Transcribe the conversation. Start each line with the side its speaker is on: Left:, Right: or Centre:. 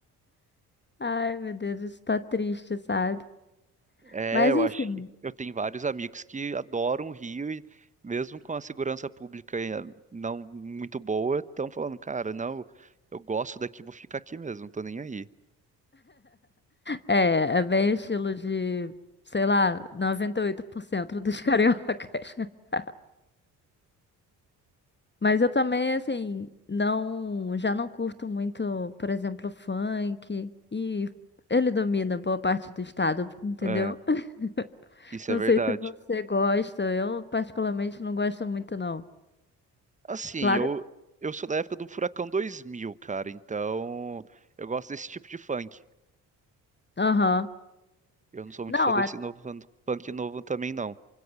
Left: Ai, meu Deus, isso tá triste, sabe?
Right: É,
Left: Mas
Right: eu
Left: enfim,
Right: acho que eu tenho vários amigos que adoram o Rio e mesmo com a segurança pública eh, não muito boa, estão falando, cara, não, eu gosto daqui, vou ficar aqui mesmo, não tô nem aí.
Left: é, é bem estilo de, sei lá, 98% dos cariocas. <laughs> Mas eu também, assim, não, já não curto muito, por exemplo, funk. E ele domina boa parte do estado, entendeu?
Right: É,
Left: <laughs>
Right: isso
Left: Não
Right: é verdade.
Left: sei se você gosta, eu particularmente não gosto muito, não.
Right: Assim,
Left: Claro.
Right: eu eu sou da época do Furacão dois mil, cara, então eu gosto desse tipo de funk.
Left: Aham.
Right: Eu não sou muito
Left: Não,
Right: fã desse novo funk novo também não.